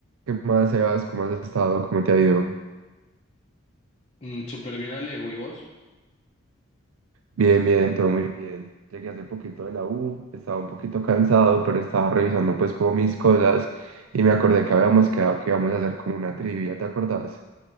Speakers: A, on the right; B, on the left.
A: ¿Qué más, Sebas? ¿Cómo has estado? ¿Cómo te ha ido?
B: Mm, súper bien, Alejo. ¿Y vos?
A: Bien, bien, todo muy bien. Llegué hace poquito de la U, estaba un poquito cansado, pero estaba revisando pues como mis cosas y me acordé que habíamos quedado que íbamos a hacer como una trivia, ¿te acordás?